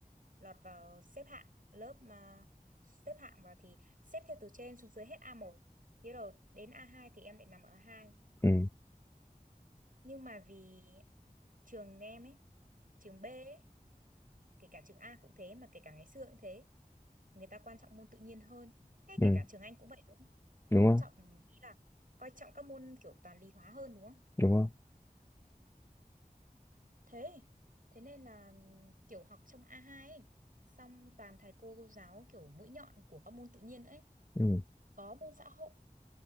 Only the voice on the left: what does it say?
ừ
ừ
đúng
không
đúng không
ừ